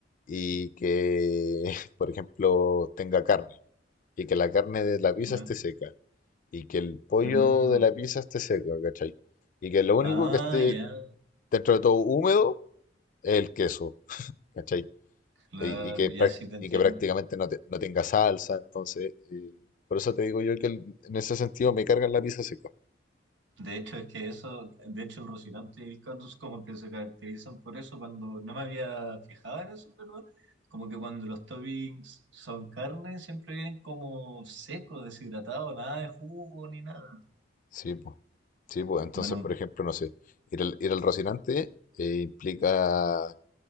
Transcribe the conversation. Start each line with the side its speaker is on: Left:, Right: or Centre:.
Left: y que, <laughs> por ejemplo, tenga carne y que la carne de la pizza
Right: ¿Ya?
Left: esté seca y que el pollo
Right: Mm.
Left: de la pizza esté seco, ¿cachai? Y que lo único
Right: Ah,
Left: que esté
Right: ya.
Left: dentro de todo húmedo es el queso, ¿cachai?
Right: Claro,
Left: Y, y que,
Right: ya
Left: prac-
Right: sí te entiendo.
Left: y que prácticamente no, te- no tenga salsa, entonces, eh, por eso te digo yo que el- en ese sentido me cargan la pizza seca.
Right: De hecho, es que eso, de hecho, el Rocinante y el Catus como que se caracterizan por eso cuando no me había fijado en eso, ¿verdad? Como que cuando los toppings son carne, siempre vienen como secos, deshidratados, nada de jugo ni nada.
Left: Sí, pues. Sí, pues. Entonces,
Right: Bueno,
Left: por ejemplo, no sé, ir al, ir al Rocinante eh, implica,